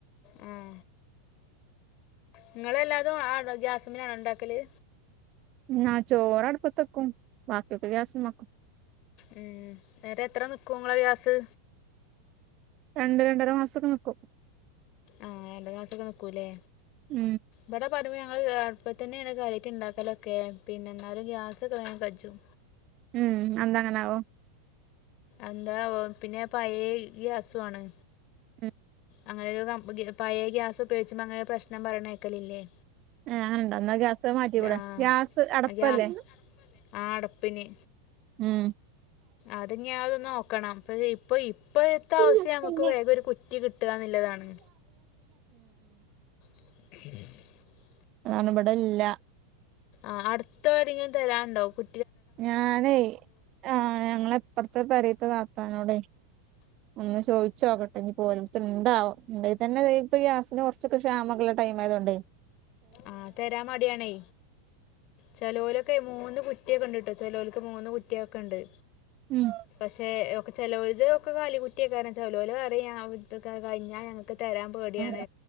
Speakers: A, on the left; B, on the right.
A: ഉം നിങ്ങളെ എല്ലാതും ആണോ ഗ്യാസുമേലാണ് ഉണ്ടാക്കല്
B: ഉം ന്നാ ചോറ് അടുപത്ത് വെക്കും ബാക്കി ഒക്കെ ഗ്യാസ്മെക്കും
A: ഉം നേരെ എത്ര നിക്കൂ ഇങ്ങളെ ഗ്യാസ്
B: രണ്ടു രണ്ടര മാസൊക്കെ നിക്കും
A: ആഹ് രണ്ടര മാസൊക്കെ നിക്കൂല്ലേ
B: ഉം
A: ബടെ പ ഇന്ന് പ്പ ഞങ്ങൾ അട്പ്പത്തെന്നെ കാര്യായ്ട്ട് ഇണ്ടാക്കലൊക്കെ പിന്നെ ഇന്നാലും ഗ്യാസൊക്കെ വേഗം കജും
B: ഉം അന്താങ്ങനാവൊ
A: എന്താ വം പിന്നെ പഴയ ഗ്യാസു ആണ്
B: ഉം
A: അങ്ങനെ ഒരു പയേ ഗ്യാസ് ഉപയോഗിച്ചുമ്പോ അങ്ങനെ പ്രശ്നം പറയണേക്കലില്ലേ
B: ഏ അങ്ങനണ്ടോ എന്നാ ഗ്യാസ് അത് മാറ്റികൂടേ
A: ആഹ്
B: ഗ്യാസ് അടപ്പല്ലേ
A: ഗ്യാസ് ആ അടപ്പിന്
B: ഉം
A: അത് ഇഞ്യാ അത് നോക്കണം പക്ഷെ ഇപ്പൊ ഇപ്പഴത്തെ
B: ഉ
A: അവസ്ഥ
B: ഉം
A: നമുക്ക് വേഗം ഒരു കുറ്റി കിട്ടുകാന്നുള്ളതാണ് <unintelligible>
B: അതാണ് ബടല്ല
A: ആഹ് അടുത്താരെങ്കിലും തരാണ്ടോ കു
B: ഞാനേ ആഹ് ഞങ്ങളെ ഇപ്പറത്തെ പെരേ ത്ത താത്താനോടെ ഒന്ന് ചോയിച്ചോക്കട്ടെ ഇനിപ്പോലട്ത്ത് ഉണ്ടോ ആവം ഇണ്ടേതന്നെ ഇപ്പ ഗ്യാസിന് കുറച്ചൊക്കെ ക്ഷാമക്കൊള്ള ടൈം ആയതൊണ്ടേ
A: ആഹ് തരാൻ മടിയാണേ ചെലോരൊക്കെ മൂന്ന് കുറ്റിയൊക്കണ്ട് ചേലോൽ ക്ക് മൂന്ന് കുറ്റിയൊക്കെ ഉണ്ട്
B: ഉം
A: പക്ഷെ ഒക്കെ ചേലോല്ത് ഒക്കെ കാലി കുറ്റിയേക്കാരം ചെലോലറിം <unintelligible> ക്കെ കഴിഞ്ഞാൽ ഞങ്ങൾക്ക് തരാൻ പേടിയാണ്
B: ഉം